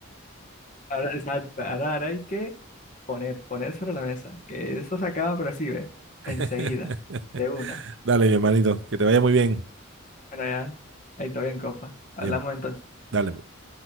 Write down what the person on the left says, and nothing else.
Ahora, exacto, ahora, ahora hay que poner, poner sobre la mesa, que eso se acaba, pero así ve,
enseguida, de una.
Bueno, ya, ahí está bien, compa. Hablamos
entonces.